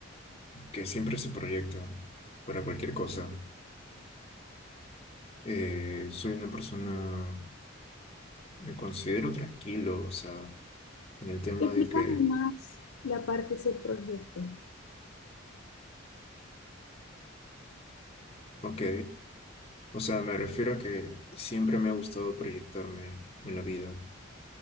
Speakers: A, on the left (about 30°); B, on the left (about 80°).
A: que siempre se proyecta para cualquier cosa. Eh, soy una persona Me considero tranquilo, o sea, en el tema
B: Explícame
A: de que,
B: más la parte de ese proyecto.
A: ok, o sea, me refiero a que siempre me ha gustado proyectarme en la vida,